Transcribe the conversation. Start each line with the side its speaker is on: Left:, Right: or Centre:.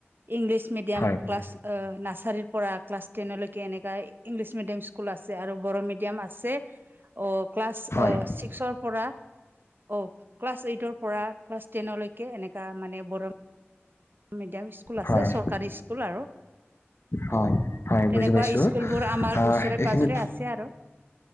Right: ইংলিছ মিডিয়াম
Left: হয়
Right: ক্লাছ অহ নাৰ্চাৰীৰ পৰা ক্লাছ টেনলৈকে এনেকুৱা ইংলিছ মিডিয়াম স্কুল আছে আৰু বড়ো মিডিয়াম আছে। অহ, ক্লাছ
Left: হয়
Right: অহ ছিক্সৰ পৰা অহ, ক্লাছ এইটৰ পৰা ক্লাছ টেনলৈকে এনেকা মানে বৰ মিডিয়াম স্কুল আছে
Left: হয়
Right: চৰকাৰী স্কুল আৰু।
Left: হয়
Right: অ
Left: হয় বুজি
Right: তেনেকুৱা
Left: পাইছো
Right: স্কুলবোৰ আমাৰ
Left: আহ
Right: ওচৰে
Left: এইখিনিত
Right: পাজৰে আছে আৰু। <inaudible>